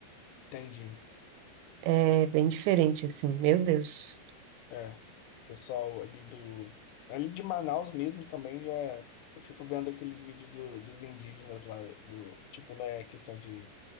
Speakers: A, on the left; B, on the right.
A: entendi.
B: É bem diferente, assim, meu Deus.
A: É. Pessoal ali do. Ali de Manaus mesmo também já. Eu fico vendo aqueles vídeos do- dos indígenas lá, do, tipo, não é questão de,